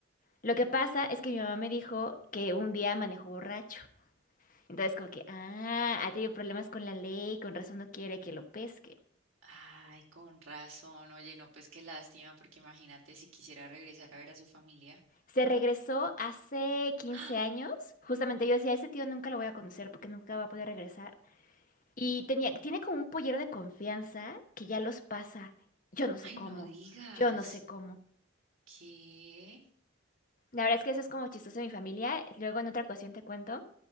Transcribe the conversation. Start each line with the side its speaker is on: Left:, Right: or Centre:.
Left: Lo que pasa es que mi mamá me dijo que un día manejó borracho. Entonces, como que, ah, ha tenido problemas con la ley, con razón no quiere que lo pesque.
Right: Ay, con razón. Oye, no, pues qué lástima, porque imagínate si quisiera regresar a ver a su familia.
Left: Se regresó hace quince
Right: ¡Ah!
Left: años. Justamente yo decía, ese tío nunca lo voy a conocer porque nunca va a poder regresar. Y tenía, tiene como un pollero de confianza que ya los pasa. Yo no sé
Right: Ay,
Left: cómo.
Right: no digas.
Left: Yo no sé cómo.
Right: ¿Qué?
Left: La verdad es que eso es como chistoso de mi familia. Luego en otra ocasión te cuento